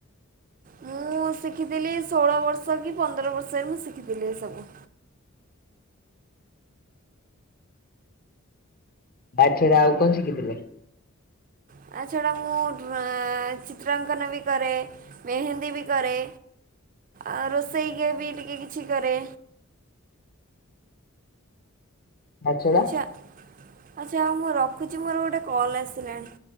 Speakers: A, on the right (about 40°); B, on the left (about 45°).
A: ମୁଁ ଶିଖିଥିଲି ଷୋଳ ବର୍ଷ କି ପନ୍ଦର ବର୍ଷରେ ମୁଁ ଶିଖିଥିଲି ଏ ସବୁ।
B: ତା ଛଡା ଆଉ ଙ୍କ ଶିଖିଥିଲେ?
A: ତା ଛଡ଼ା ମୁଁ ଡ୍ର ଚିତ୍ରାଙ୍କନ ବି କରେ ମେହେନ୍ଦୀ ବି କରେ। ଆଉ ରୋଷେଇଗୀ ବି ଟିକେକିଛି କରେ।
B: ତା ଛଡା
A: ଆଛା ଆଛା ଆଉ ମୁଁ ରଖୁଛି ମୋର ଗୋଟେ କଲ୍ ଆସିଲାଣି।